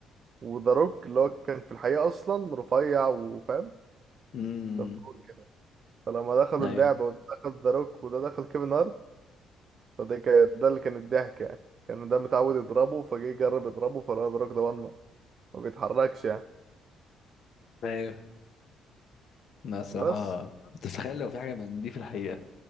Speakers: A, on the right; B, on the left.
A: وداروك اللي هو كان في الحقيقه اصلا رفيع وفاهم
B: امم
A: صفور. فلما دخلوا
B: ايوه
A: اللعبة وده دخل ذا روك وده دخل كيفن هارت فده كان ده اللي كان الضحك يعني كان ده متعود يضربه فجه يجرب يضربه فلقى ذا روك ده ما ما بيتحركش يعني
B: ايوه لا الصراحه
A: بس
B: تتخيل لو في حاجه من دي في الحقيقه